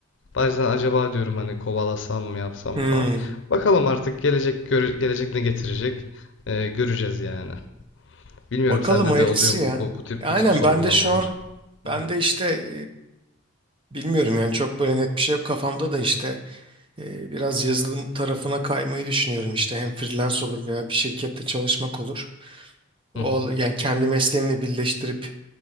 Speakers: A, on the left; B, on the right.
A: Bazen acaba diyorum hani kovalasam mı yapsam
B: Hmm.
A: mı falan. Bakalım artık gelecek göre- gelecek ne getirecek Ee, göreceğiz yani. Bilmiyorum
B: Bakalım
A: sende
B: hayırlısı
A: de oluyor mu
B: ya.
A: bu, bu tip
B: Aynen
A: bu tip sorgulamalar.
B: ben de şu an ben
A: Hı hı,
B: de işte e, bilmiyorum yani çok böyle net bir şey yok kafamda da işte e, biraz yazılım tarafına kaymayı düşünüyorum işte hem freelance olur veya bir şirkette çalışmak olur. O,
A: hı hı,
B: al- yani kendi mesleğimle birleştirip